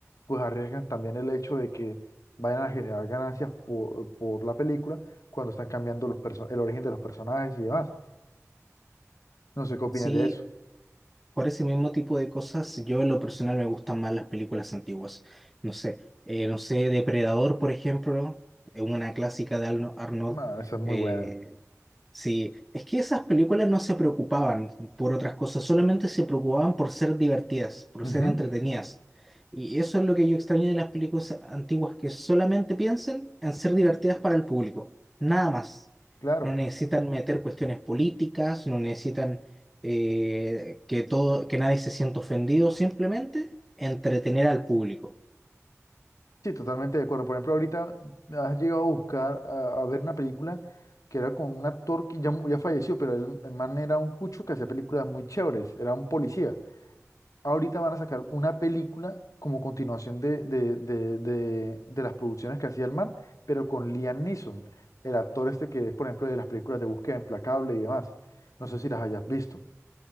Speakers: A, on the left; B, in the centre.
A: pues arriesgan también el hecho de que vayan a generar ganancias por, por la película cuando están cambiando los perso- el origen de los personajes y demás. No sé qué opinas
B: Sí,
A: de eso.
B: Por ese mismo tipo de cosas, yo en lo personal me gustan más las películas antiguas. No sé, eh, no sé, Depredador, por ejemplo, es una clásica de Arno- Arnold.
A: Ah, esa es muy
B: eh,
A: buena.
B: Sí, es que esas películas no se preocupaban por otras cosas, solamente se preocupaban por ser divertidas, por
A: Ujú,
B: ser entretenidas. Y eso es lo que yo extraño de las películas antiguas, que solamente piensen en ser divertidas para el público, nada más.
A: Claro,
B: No necesitan meter cuestiones políticas, no necesitan eh, que todo, que nadie se sienta ofendido, simplemente entretener al público.
A: sí, totalmente de acuerdo. Por ejemplo, ahorita has llegado a buscar, a, a ver una película que era con un actor que ya, mu- ya falleció, pero él, el man era un cucho que hacía películas muy chéveres, era un policía. ahorita van a sacar una película como continuación de, de, de, de, de las producciones que hacía el man, pero con Liam Neeson, el actor este que es, por ejemplo, de las películas de Búsqueda Implacable y demás. No sé si las hayas visto.